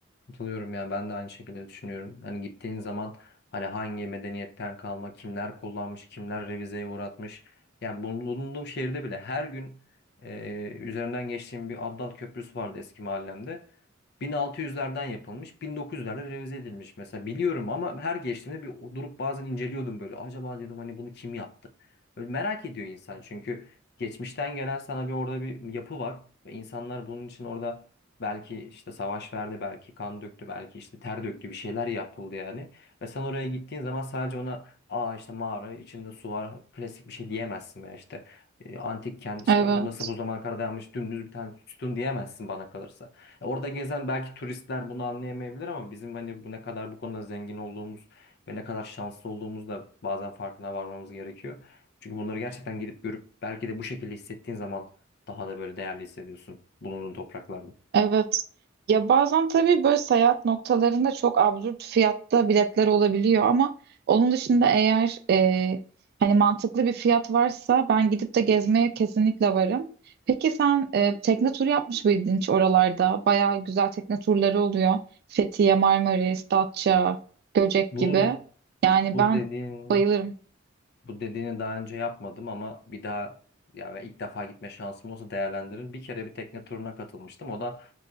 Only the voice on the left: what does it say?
Katılıyorum yani ben de aynı şekilde düşünüyorum. Hani gittiğin zaman hani hangi medeniyetten kalma, kimler kullanmış, kimler revizeye uğratmış. Yani bulunduğum şehirde bile her gün e, üzerinden geçtiğim bir Abdal Köprüsü vardı eski mahallemde. 1600'lerden yapılmış, 1900'lerde revize edilmiş mesela biliyorum ama her geçtiğimde bir durup bazen inceliyordum böyle. Acaba dedim hani bunu kim yaptı? Böyle merak ediyor insan çünkü geçmişten gelen sana bir orada bir yapı var ve insanlar bunun için orada Belki işte savaş verdi, belki kan döktü, belki işte ter döktü bir şeyler yapıldı yani. Ve sen oraya gittiğin zaman sadece ona aa işte mağara içinde su var klasik bir şey diyemezsin veya işte e, antik kent işte
nasıl bu zamana kadar dayanmış dümdüz bir tane sütun diyemezsin bana kalırsa. E, Orada gezen belki turistler bunu anlayamayabilir ama bizim hani bu ne kadar bu konuda zengin olduğumuz ve ne kadar şanslı olduğumuz da bazen farkına varmamız gerekiyor. Çünkü bunları gerçekten gidip görüp belki de bu şekilde hissettiğin zaman daha da böyle değerli hissediyorsun bulunduğun topraklarda.
Bu
bu
dediğin
bu dediğini daha önce yapmadım ama bir daha ya ve ilk defa gitme şansım olsa değerlendiririm. Bir kere bir tekne turuna katılmıştım. O da